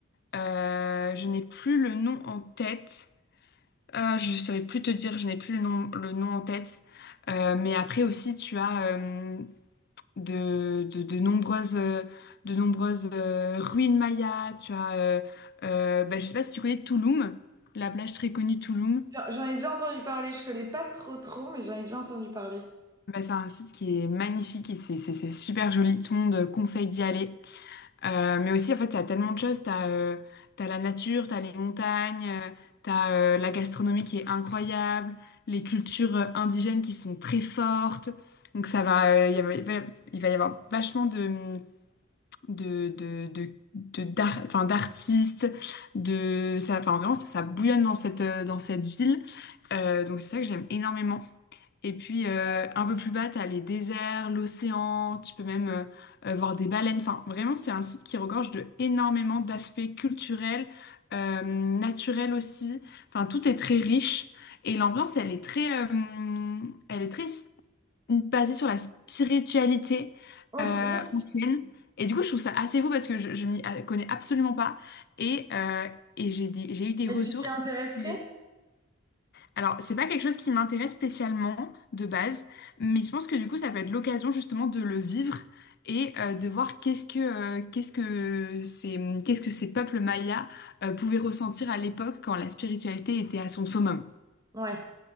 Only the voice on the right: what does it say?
J'en j'en ai déjà entendu parler, je connais pas trop trop, mais j'en ai déjà entendu parler.
Ok.
Et
tu t'y intéresserais?
Ouais.